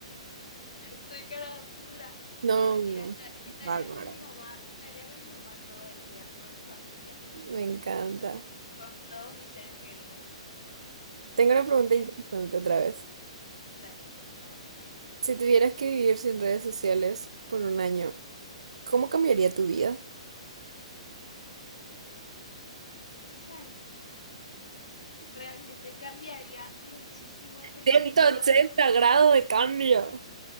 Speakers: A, on the left; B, on the right.
A: Re cara dura.
B: No,
A: No, mentira,
B: no.
A: esta- estaría
B: bárbara.
A: con mi mamá, estaría con mi mamá todo el día, con mi familia,
B: Me encanta.
A: con todos mis seres queridos.
B: Tengo una pregunta
A: Y
B: interesante
A: as-
B: otra vez.
A: dale, hace mil.
B: Si tuvieras que vivir sin redes sociales por un año, ¿cómo cambiaría tu vida?
A: Hija de mil, realmente cambiaría muchísimo porque
B: Ciento
A: yo,
B: ochenta grados de cambio.